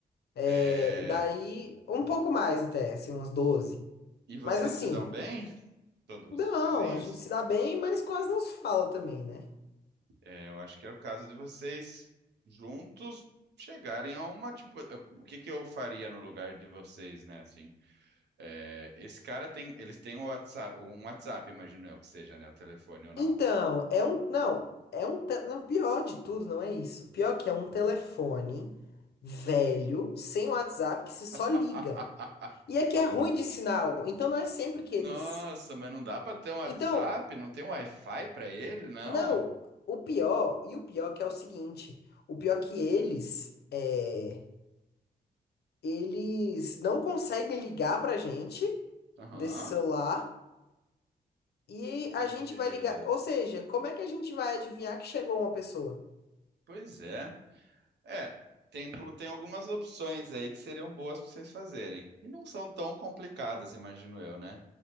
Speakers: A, on the left; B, on the right.
A: É,
B: É,
A: daí, um pouco mais até, assim, umas doze.
B: e vocês
A: Mas assim.
B: se dão bem? Todos
A: Não,
B: os vizinhos?
A: a gente se dá bem, mas quase não se fala também, né?
B: É, eu acho que era o caso de vocês juntos chegarem a uma, tipo, eu- o que que eu faria no lugar de vocês, né? Assim, é, esse cara tem, eles têm o WhatsApp, um WhatsApp, imagino eu que seja, né? O telefone ou não.
A: Então, é um. Não, é um. te- Não, pior de tudo, não é isso. Pior que é um telefone velho, sem WhatsApp, que você só
B: <laughs>
A: liga. E é que é ruim de sinal, então não é sempre que
B: Nossa,
A: eles.
B: mas não dá pra ter um WhatsApp?
A: Então,
B: Não tem um Wi-Fi pra ele, não?
A: não, o pior, e o pior que é o seguinte: o pior que eles. É, eles não conseguem ligar pra gente
B: Aham.
A: desse celular. E
B: Meu
A: a gente vai ligar.
B: Deus.
A: Ou seja, como é que a gente vai adivinhar que chegou uma pessoa?
B: Pois é. É, tem, du- tem algumas opções aí que seriam boas para vocês fazerem. E não são tão complicadas, imagino eu, né?